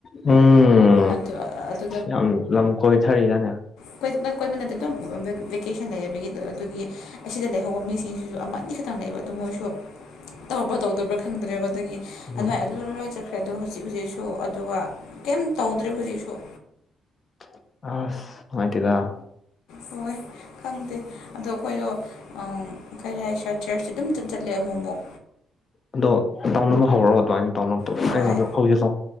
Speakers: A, on the left; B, on the left.
A: ꯎꯝ
B: ꯑꯗꯨ ꯑꯗꯨ
A: ꯌꯥꯝ ꯂꯝ ꯀꯣꯏꯅꯊꯔꯤꯗꯅꯦ
B: ꯑꯩꯈꯣꯏ ꯅꯪ ꯀꯣꯏꯕꯅꯗꯤ ꯑꯗꯨꯝ ꯚꯦꯀꯦꯁꯟ ꯂꯩꯕꯒꯤ ꯑꯗꯨꯒꯤ ꯑꯁꯤꯗ ꯂꯩꯍꯧꯕ ꯃꯤꯁꯤꯡꯁꯤꯁꯨ ꯑꯃ ꯑꯅꯤꯈꯛꯇꯪ ꯂꯩꯕ ꯑꯗꯨ ꯃꯣꯏꯁꯨ ꯇꯧꯕ ꯇꯧꯗꯕ꯭ꯔꯥ ꯈꯪꯗ꯭ꯔꯦꯕ ꯑꯗꯒꯤ
A: ꯎꯝ
B: ꯑꯗꯨꯃꯥꯏ ꯑꯗꯨ ꯗ ꯂꯣꯏꯆꯠꯈ꯭ꯔꯦ ꯗꯣ ꯍꯣꯖꯤꯛ ꯍꯣꯖꯤꯛꯁꯨ ꯑꯗꯨꯒ ꯀꯩꯝ ꯇꯧꯗ꯭ꯔꯦ ꯍꯩꯖꯤꯛꯁꯨ
A: ꯑꯁ ꯅꯨꯡꯉꯥꯏꯇꯦꯗ
B: ꯍꯣꯏ ꯈꯪꯗꯦ ꯑꯗꯣ ꯑꯈꯣꯏꯗꯣ ꯑꯥꯎ ꯀꯔꯤ ꯍꯥꯏꯁꯤꯔ ꯆꯔꯁ ꯑꯗꯨꯝ ꯆꯠ ꯆꯠꯂꯦ ꯑꯃꯣꯃꯣꯛ
A: ꯑꯗꯣ ꯇꯧꯅꯕ ꯍꯧꯔꯣ ꯑꯗꯨꯃꯥꯏꯟ ꯇꯧꯅꯕꯇꯣ
B: ꯍꯣꯏ
A: ꯑꯩꯅꯖꯨ ꯍꯧꯖꯤꯂꯣ